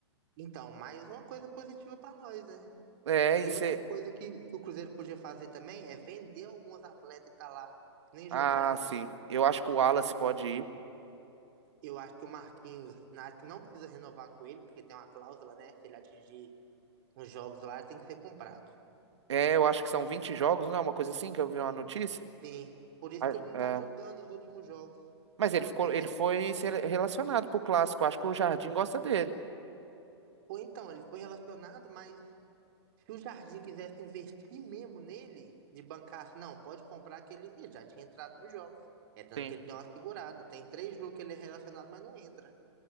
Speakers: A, on the right; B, on the right.
A: então, mais uma coisa positiva pra nós, né?
B: É, e
A: E
B: você.
A: outra coisa que, que o Cruzeiro podia fazer também é vender alguns atletas que tá lá, que nem jogar,
B: Ah,
A: joga.
B: sim. Eu acho que o Wallace pode ir.
A: Eu acho que o Marquinhos, na- acho que não precisa renovar com ele, porque tem uma cláusula, né? Se ele atingir uns jogos lá, ele tem que ser comprado.
B: É, eu acho que são 20 jogos, não é uma coisa assim que eu vi uma notícia.
A: Sim. Por isso
B: Ah,
A: que ele não
B: é.
A: tá jogando os últimos jogos.
B: Mas ele ficou,
A: Porque
B: ele
A: se ele...
B: foi sele- relacionado pro clássico. Acho que o Jardim gosta dele.
A: Pô, então, ele foi relacionado, mas se o Jardim quisesse investir mesmo nele, de bancar assim, não, pode comprar que ele Ih, já tinha entrado nos jogos. É tanto
B: Sim,
A: que ele deu uma segurada. Tem três jogos que ele é relacionado, mas não entra,